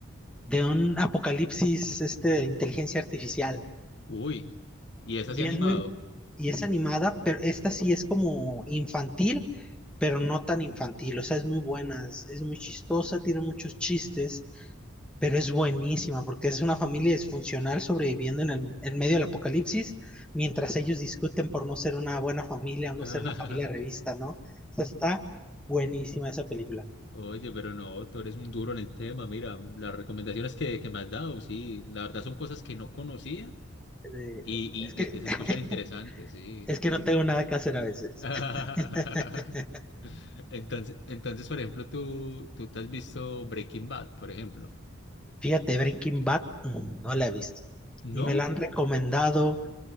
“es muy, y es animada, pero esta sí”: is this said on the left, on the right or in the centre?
Centre